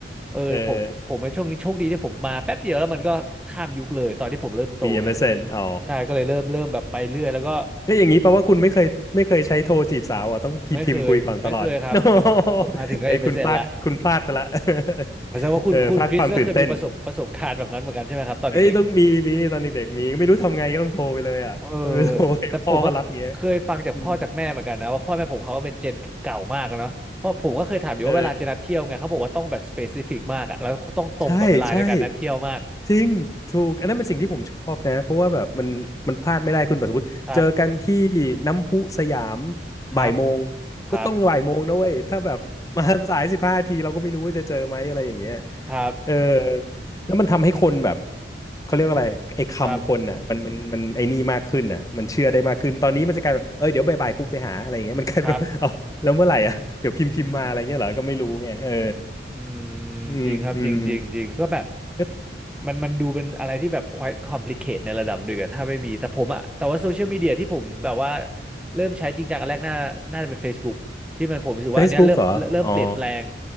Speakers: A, in the centre; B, on the left.
A: เออผมผมในช่วงนี้โชคดีที่ผมมาแป๊บเดียวแล้วมันก็ข้ามยุคเลยตอนที่ผมเริ่มโตนะ
B: เออมี m s นอ๋อ
A: ใช่ก็เลยเริ่มเริ่มแบบไปเรื่อยแล้วก็
B: ก็อย่างนี้แปลว่าคุณไม่เคยไม่เคยใช้โทรจีบสาวอ่ะต้องพิมพ์พิมพ์คุยก่อนตลอด
A: ไม่เคยไม่เคยครับผมผมมาถึงก็
B: <laughs> โนเฮ้ยคุณพลาดคุณพลาดไปละ
A: MSN ละ
B: <laughs>
A: แสดงว่าคุณคุณคริสก็เคยมีประสบประสบการณ์แบบนั้นเหมือนกันใช่ไหมครับตอนเด็ก
B: เออพลาดความตื่นเต้นเอ้ยต้องมีมีตอนเด็กๆมีไม่รู้ทำไงก็ต้องโทรไปเลยอ่ะก็ไม่รู้โทรไป
A: ๆเออแต่ผมก็เคยฟังจากพ่อจากแม่เหมือนกันนะว่าพ่อแม่ผมเขาก็เป็นเจนเก่ามากอะเนาะเพราะผมก็เคยถามอยู่ว่าเวลาจะนัดเที่ยวไงเขาบอกว่าต้องแบบสเปซิฟิกมากอะแล้วต้องตรงต่อเวลาในการนัดเที่ยวมาก
B: <laughs> พ่อเขารับอย่างเงี้ยอืมเออใช่ใช่จริงถูกอันนั้นเป็นสิ่งที่ผมชอบนะเพราะว่าแบบมันมันพลาดไม่ได้คุณปัสวุฒิเจอกันที่น้ำพุสยาม
A: ครับครับ
B: บ่ายโมง
A: ครับ
B: ก็ต้องบ่ายโมงนะเว้ยถ้าแบบมาสายสิบห้าทีเราก็ไม่รู้ว่าจะเจอไหมอะไรอย่างเงี้ย
A: <laughs> ครับ
B: เออแล้วมันทำให้คนแบบเขาเรียกว่าอะไรไอ้คำคนอ่ะมันมันมันไอ้นี่มากขึ้นอ่ะมันเชื่อได้มากขึ้นตอนนี้มันจะกลายเป็นเอ้ยเดี๋ยวบ่ายๆกูไปหาอะไรอย่างเงี้ยมันกลายเป็นว่า
A: ครับครับ
B: <laughs> เอาแล้วเมื่อไหร่อ่ะเดี๋ยวพิมพ์พิมพ์มาอะไรเงี้ยเหรอก็ไม่รู้ไงเออ
A: อืมอืม
B: อืมอืม
A: จริงครับจริงจริงจริงก็แบบ
B: ก็
A: มันมันดูเป็นอะไรที่แบบ quite complicate ในระดับหนึ่งอะถ้าไม่มีแต่ผมอะแต่ว่าโซเชียลมีเดียที่ผมแบบว่าเริ่มใช้จริงจังอันแรกน่าน่าจะเป็น Facebook ที่มันผมรู้สึกว่าอันเนี้ยเริ่มเริ่มเริ่มเปลี่ยนแปลง
B: Facebook เหรออ๋อ